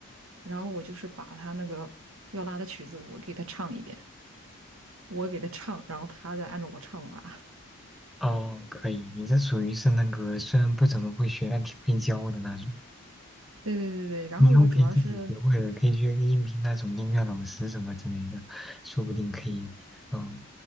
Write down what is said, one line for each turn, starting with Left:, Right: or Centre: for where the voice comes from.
Right: 然后我就是把他那个要拉的曲子我给他唱一遍，我给他唱，然后他再按照我唱拉。<laughs>
Centre: 哦，可以，你这属于是那个虽然不怎么会学，但挺会教的那种。
Right: 对对对对，然后我主要是
Centre: 你以后可以自己学会了，可以去应聘那种音乐老师什么之类的，说不定可以，嗯，